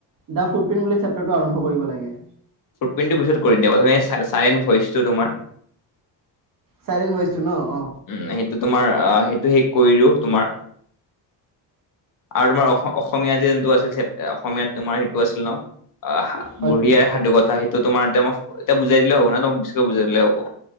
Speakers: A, on the right; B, on the left.
A: দা ফুট পিন বুলি চেপ্টাৰটো আৰম্ভ কৰিব লাগে।
B: ফুটপ্ৰিণ্টটো পিছত কৰিম দিয়া। প্ৰথমে চা চাএন ভইচটো তোমাৰ
A: চাইৰেন ভইচটো ন? অ।
B: উ, সেইটো তোমাৰ অ, সেইটো শেষ কৰি দিওঁ তোমাৰ। আৰু তোমাৰ অস-অসমীয়া যে যোনটো আছিল ছেপ্টাৰ, অসমীয়াত তোমাৰ সেইটো আছিল ন? অ, সা
A: হয়
B: বুঢ়ী
A: ছাৰ।
B: আইৰ সাধু কথা, সেইটো তোমাৰ এয়াতে মই এতিয়া বুজাই দিলে হ'ব না তোমাক পিছতো বুজাই দিলে হ'ব?